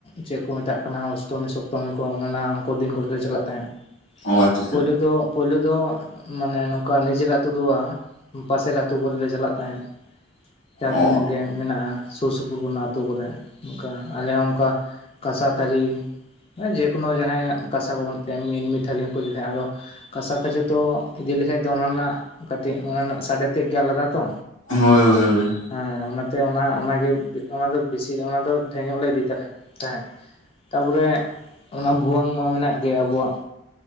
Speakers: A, on the left (about 25°); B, on the left (about 65°).
A: ᱪᱮᱫ ᱠᱚ ᱢᱮᱛᱟᱜ ᱠᱟᱱᱟ ᱚᱥᱴᱚᱢᱤ ᱥᱚᱯᱛᱚᱢᱤ ᱠᱚ ᱚᱱᱮ ᱚᱱᱟ ᱠᱚ ᱫᱤᱱ ᱠᱚᱛᱮᱞᱮ ᱪᱟᱞᱟᱜ ᱛᱟᱦᱮᱸᱫ᱾
B: ᱚ ᱟᱪᱪᱷᱟ ᱟᱪᱪᱷᱟ
A: ᱯᱳᱭᱞᱳ ᱫᱚ ᱯᱳᱭᱞᱳ ᱫᱚ ᱢᱟᱱᱮ ᱱᱚᱝᱠᱟ ᱱᱤᱡᱮᱨ ᱟᱛᱩ ᱫᱚ ᱵᱟᱝ ᱯᱟᱥᱮᱨ ᱟᱛᱩ ᱠᱚᱨᱮ ᱞᱮ ᱪᱟᱞᱟᱜ ᱛᱟᱦᱮᱸᱱ ᱡᱟᱦᱟᱸ
B: ᱚ
A: ᱛᱤᱱᱟᱹᱜ ᱜᱮ ᱢᱮᱱᱟᱜᱼᱟ ᱥᱩᱨ ᱥᱩᱯᱩᱨ ᱚᱱᱟ ᱟᱛᱩ ᱠᱚᱨᱮ᱾ ᱚᱱᱠᱟ ᱟᱞᱮ ᱦᱚᱸ ᱚᱱᱠᱟ ᱠᱟᱥᱟ ᱛᱷᱟᱹᱨᱤ ᱡᱮᱠᱳᱱᱳ ᱡᱟᱦᱟᱸᱭᱟᱜ ᱠᱟᱥᱟ ᱠᱚ ᱵᱟᱹᱱᱩᱜ ᱛᱟᱭᱟ ᱮᱢᱱᱤ ᱛᱷᱟᱹᱨᱤ ᱦᱚᱸᱠᱚ ᱤᱫᱤ ᱛᱟᱦᱮᱸᱱᱟ᱾ ᱟᱫᱚ ᱠᱟᱸᱥᱟ ᱛᱷᱟᱹᱨᱤ ᱫᱚ ᱤᱫᱤ ᱞᱮᱠᱷᱟᱡ ᱫᱚ ᱚᱱᱟ ᱱᱮᱱᱟᱜ ᱠᱟᱹᱴᱤᱡ ᱚᱱᱟ ᱨᱮᱱᱟᱜ ᱥᱟᱰᱮ ᱛᱮᱜ ᱜᱮ ᱟᱞᱟᱫᱟ ᱛᱚ
B: ᱦᱳᱭ ᱦᱳᱭ ᱦᱳᱭ
A: ᱮ ᱚᱱᱟ ᱛᱮ ᱚᱱᱟᱜᱮ ᱚᱱᱟ ᱫᱚ ᱵᱮᱥᱤ ᱚᱱᱟ ᱰᱷᱮᱨ ᱧᱚᱜ ᱞᱮ ᱤᱫᱤ ᱛᱟᱦᱮᱸᱫ᱾ ᱛᱟᱯᱚᱨᱮ ᱚᱱᱟ ᱵᱷᱩᱣᱟᱹᱝ ᱢᱟ ᱢᱮᱱᱟᱜ ᱜᱮᱭᱟ ᱟᱵᱚᱣᱟᱜ᱾